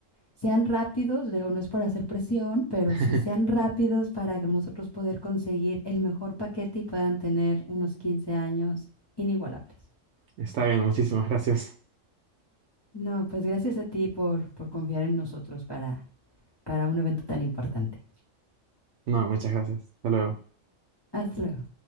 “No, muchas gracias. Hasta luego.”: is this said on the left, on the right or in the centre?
Right